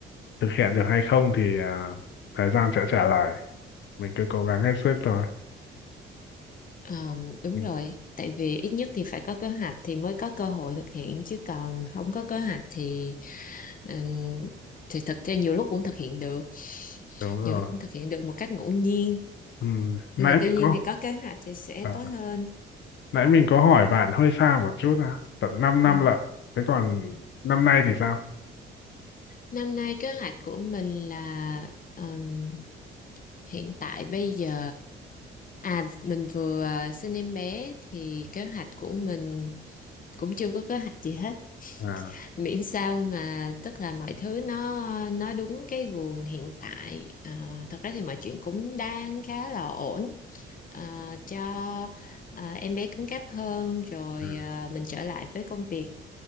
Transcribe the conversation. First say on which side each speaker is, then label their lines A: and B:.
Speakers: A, on the left; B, on the left.
A: thực hiện được hay không thì à, thời gian sẽ trả lời mình cứ cố gắng hết sức thôi
B: Ờ, đúng
A: ừ.
B: rồi, tại vì ít nhất thì phải có kế hoạch thì mới có cơ hội thực hiện chứ còn không có kế hoạch thì ừm, thì thật ra nhiều lúc cũng thực hiện được,
A: đúng rồi
B: nhiều lúc cũng thực hiện được một cách ngẫu nhiên
A: ừ. nãy
B: nhưng mà
A: mình
B: tuy nhiên
A: có
B: thì có kế hoạch thì sẽ
A: à,
B: tốt hơn.
A: Nãy mình có hỏi bạn hơi xa một chút à, tận 5
B: Ừ.
A: năm lận. Thế còn năm nay thì sao?
B: Năm nay kế hoạch của mình là ừm, hiện tại bây giờ à mình vừa sinh em bé thì kế hoạch của mình cũng chưa có kế hoạch gì hết
A: À,
B: miễn sao mà tức là mọi thứ nó nó đúng cái guồng hiện tại à, thật ra thì mọi chuyện cũng đang khá là ổn À, cho à, em bé cứng cáp hơn rồi
A: ừ.
B: à, mình trở lại với công việc